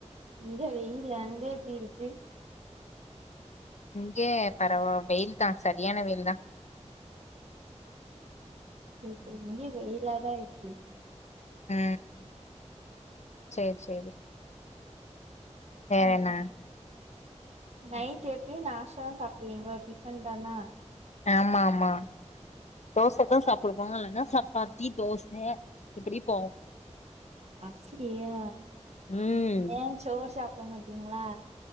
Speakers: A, on the right (about 65°); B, on the left (about 70°).
A: இங்க வெய்ல் அங்க எப்பி இருக்கு
B: இங்க பரவா வெயில் தா சரியான வெயில் தா
A: இங்கயு வெயிலாதா இருக்கு
B: ஆ செரி செரி வேற
A: ம்
B: என்ன
A: நைட் எப்டி நாஷ்டா சாப்டுவீங்கோ டிபன் தானா
B: ஆமா ஆமா தோச தா சாப்டுவாங்க இல்லன்னா சப்பாத்தி தோச இப்புடி போவு
A: அப்புடியா
B: ம்
A: எயா சோறு சாப்ட மாட்டீங்ளா